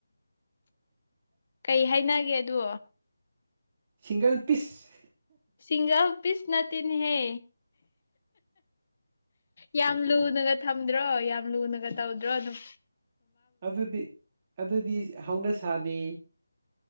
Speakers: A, on the right (about 25°); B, on the left (about 40°).
A: <unintelligible>
B: ꯀꯩ ꯍꯥꯏꯅꯒꯦ ꯑꯗꯣ
A: ꯁꯤꯡꯒꯜ ꯄꯤꯁ
B: ꯁꯤꯁꯤꯡꯒꯥ ꯄꯤꯁ ꯅꯠꯇꯅꯍꯦ ꯌꯥꯝ ꯂꯨꯅꯒ ꯊꯝꯗ꯭ꯔꯣ ꯌꯥꯝ ꯂꯨꯅꯒ ꯇꯧꯗ꯭ꯔꯣ ꯑꯗꯨꯝ
A: ꯑꯗꯨꯗꯤ ꯑꯗꯨꯗꯤ ꯍꯧꯅ ꯁꯥꯥꯅꯤ